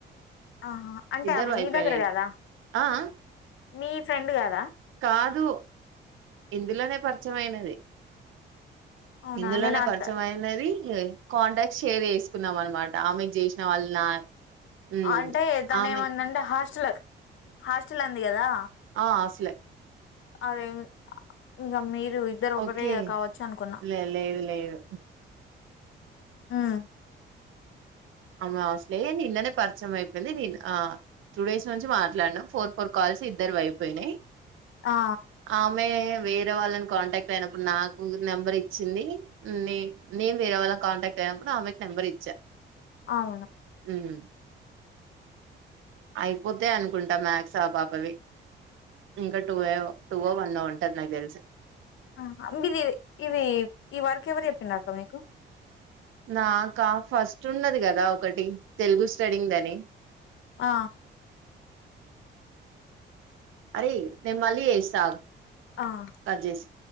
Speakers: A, on the left (about 75°); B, on the right (about 80°).
A: ఆహా అంటే
B: ఇద్దరు
A: ఆమె
B: అయిపోయినాయి
A: మీ దగ్గర కాదా
B: ఆ ఆ
A: మీ ఫ్రెండ్ కాద
B: కాదు ఇందులోనే పర్ మచ్చమైనది
A: అవునా
B: ఇందులోనే
A: నేను అంత
B: ఖర్చ అయినది కాంటాక్ట్ షేర్ చేసుకున్నాం అనమాట ఆమెకి చేసిన వాళ్ళు నా మ్
A: అంటే దాని
B: ఆమె
A: ఏమందంటే హాస్టల్ హాస్టల్ అంది కదా
B: ఆ అస్లే
A: అదే ఇకా మీ ఇద్దరు ఒకరే
B: ఓకే
A: కావచ్చు అనుకున్నా
B: లే లేదు లేదు
A: ఆ
B: ఇంగా అసలే ఏంది ఇండ్లనే పరిచయం అయిపోయింది, నీ ఆ టూ డేస్ నుంచి మాట్లాడినాం ఫోర్, ఫోర్ కాల్స్ ఇద్దరివి అయిపోయినాయి.
A: ఆ
B: ఆమె వేరే వాళ్ళని కాంటాక్ట్ అయినప్పుడు నాకు నెంబర్ ఇచ్చింది. నే నేను వేరే వాళ్ళని కాంటాక్ట్ అయినప్పుడు ఆమెకి నెంబర్ ఇచ్చా.
A: అవును
B: హ్మ్ అయిపోతే అనుకుంటా మ్యాక్స్ ఆ పాపవి ఇంకా, టూ ఏ టూ వన్ ఓ ఉంటది నాకు తెలిసి.
A: ఆ మీది ఇవి ఈ వర్క్ ఎవరు చెప్పిన్రు అక్క మీకు
B: నాకా ఫస్ట్ ఉన్నది కదా ఒకటి తెలుగు స్టడింగ్ దని
A: ఆ
B: అరే నేన్ మళ్ళీ చేసా ఆగ్
A: ఆ
B: కా జేసి